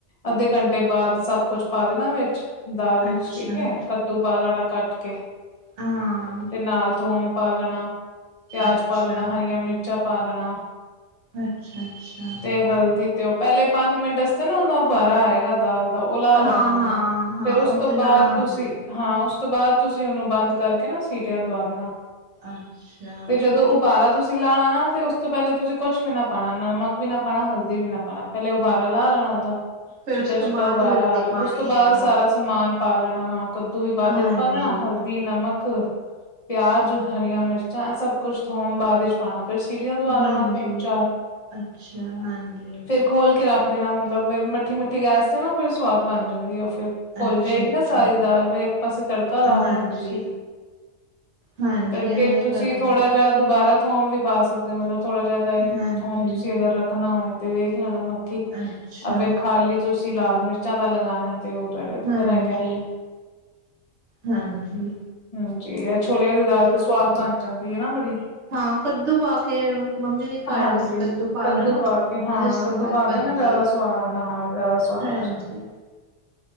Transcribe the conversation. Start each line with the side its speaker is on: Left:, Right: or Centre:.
Left: ਅੱਧੇ ਘੰਟੇ ਬਾਅਦ ਸਭ ਕੁਛ ਪਾ ਦੇਨਾ ਵੇਚ ਦਾਲ ਇਚ
Right: ਅੱਛਾ
Left: ਠੀਕ ਏ, ਕੱਦੂ ਪਾਲੈਨਾ ਕੱਟ ਕੇ
Right: ਆ
Left: ਤੇ ਨਾਲ ਥੋਮ ਪਾ ਲੈਨਾ, ਪਿਆਜ
Right: ਅੱਛਾ
Left: ਪਾ ਲੈਨਾ, ਹਰੀਆਂ ਮਿਰਚਾਂ ਪਾ ਲੈਨਾ
Right: ਅੱਛਾ ਅੱਛਾ
Left: ਤੇ ਹਲਦੀ ਤੇ ਓ ਪਹਿਲੇ ਪੰਜ ਮਿੰਟ ਆਸਤੇ ਨਾ ਉਹਦਾ ਉਬਾਰਾ ਆਏਗਾ ਦਾਲ ਦਾ, ਉਹ ਲਾ ਲੈਨਾ
Right: ਹਾਂ
Left: ਉਹਨੂੰ,
Right: ਹਾਂ ਹਾਂ
Left: ਫੇਰ ਉਸ
Right: ਉਹ
Left: ਤੋਂ
Right: ਤੇ ਲਾਣਾ
Left: ਬਾਅਦ ਤੁਸੀਂ
Right: ਹੁੰਦਾ
Left: ਹਾਂ, ਉਸ ਤੋਂ ਬਾਅਦ ਤੁਸੀਂ ਉਹਨੂੰ ਬੰਦ ਕਰਕੇ ਨਾ ਸੀਟਿਆਂ ਦਵਾ ਦੇਨਾ
Right: ਅੱਛਾ
Left: ਤੇ ਜਦੋਂ ਉਹ ਉਬਾਰਾ ਤੁਸੀ ਤੁਸੀ ਲਾਣਾ ਨਾ ਤੇ ਉਸ ਤੋਂ ਪਹਿਲੇ ਤੁਸੀਂ ਕੋਛ ਵੀ ਨਾ ਪਾਣਾ ਨਮਕ ਵੀ ਨਾ ਪਾਣਾ, ਹਲਦੀ ਵੀ ਨਾ ਪਾਣਾ ਪਹਿਲੇ ਉਬਾਰਾ ਲਾ ਲੈਣਾ ਉਹਦਾ।
Right: ਫਿਰ
Left: ਚਿੱਟਾ
Right: ਉਸ ਤੋਂ
Left: ਚਿੱਟਾ
Right: ਬਾਅਦ
Left: ਉਬਾਰਾ
Right: ਹਲਦੀ
Left: ਆ ਜੇ,
Right: ਪਾਣੀ
Left: ਉਸ ਤੋਂ ਬਾਅਦ
Right: ਹੈ ਨਮਕ
Left: ਸਾਰਾ ਸਮਾਨ ਪਾ ਲੈਣਾ ਹਾਂ, ਕੱਦੂ ਵੀ ਬਾਅਦ
Right: ਹਾਂਜੀ
Left: ਚ ਪਾ ਲੈਣਾ ਹਲਦੀ, ਨਮਕ ਪਿਆਜ, ਹਰੀਆ ਮਿਰਚਾਂ ਇਹ ਸਭ ਕੁੱਛ ਥੋਮ ਬਾਦ ਵਿੱਚ ਪਾਣਾ ਫੇਰ ਸੀਟੀਆਂ ਦਵਾ
Right: ਹਾਂਜੀ
Left: ਲੈਣਾ ਤਿੰਨ ਚਾਰ,
Right: ਅੱਛਾ ਹਾਂਜੀ
Left: ਫੇਰ ਖੋਲ ਕੇ ਰੱਖ ਦੇਨਾ ਮਤਲਬ ਫਿਰ ਮੱਠੀ ਮਠੀ ਗੈਸ ਤੇ ਨਾ ਫਿਰ ਸਵਾਦ ਬਨ ਜਾਂਦੀ ਆ ਉਹ ਫਿਰ ਘੋਲ
Right: ਅੱਛਾ
Left: ਜਾਏਗੀ
Right: ਅੱਛਾ
Left: ਨਾ ਸਾਰੀ ਦਾਲ ਫੇਰ ਏਕ ਪਾਸੇ ਤੜਕਾ ਲਾ
Right: ਹਾਂਜੀ
Left: ਲੈਣਾ ਤੁਸੀਂ।
Right: ਹਾਂਜੀ
Left: ਤੜਕੇ
Right: ਐਵੇਂ
Left: ਚ ਤੁਸੀਂ
Right: ਕਰਾਂਗੇ
Left: ਥੋੜਾ ਜਾਂ ਦੁਬਾਰਾ ਥੋਮ ਵੀ ਪਾ ਸਕਦੇ ਹੋ ਮਤਲਬ ਥੋੜਾ ਜਿਹਾ ਤਾਂ ਇਹ
Right: ਹਾਂਜੀ
Left: ਥੋਮ ਤੁਸੀਂ ਅਗਰ ਰੱਖਨਾ ਹੋਏ ਤੇ ਵੇਖ ਲੈਨਾ ਬਾਕੀ,
Right: ਅੱਛਾ
Left: ਆ ਫੇਰ ਖਾਲੀ ਤੁਸੀਂ ਲਾਲ ਮਿਰਚਾਂ ਦਾ ਲਗਾਣਾ ਹੈ ਤੇ ਉਹ ਤੁਹਾਡੇ ਉੱਪਰ
Right: ਹਾਂਜੀ
Left: ਹੈਗਾ
Right: ਹਾਂਜੀ‌।
Left: ਹਾਂਜੀ, ਇਹ ਛੋਲਿਆਂ ਦੀ ਦਾਲ ਤੇ ਸਵਾਦ ਬਨ ਜਾਂਦੀ ਏ ਨਾ ਬੜੀ‌
Right: ਹਾਂ ਕੱਦੂ ਪਾ ਕੇ ਮੰਮੀ ਵੀ ਕਰ
Left: ਹਾਂਜੀ,
Right: ਰਹੀ ਸੀ
Left: ਕੱਦੂ
Right: ਲੈਣਾ
Left: ਪਾ ਕੇ ਹਾਂ
Right: ਤੇ ਸਵਾਦ
Left: ਕੱਦੂ ਪਾ
Right: ਬਣਦੀ
Left: ਕੇ ਨਾ ਜ਼ਿਆਦਾ ਸ ਸਵਾਦ ਹਾਂ ਦਾਲ ਸਵਾਦ
Right: ਹਾਂਜੀ
Left: ਆ ਜਾ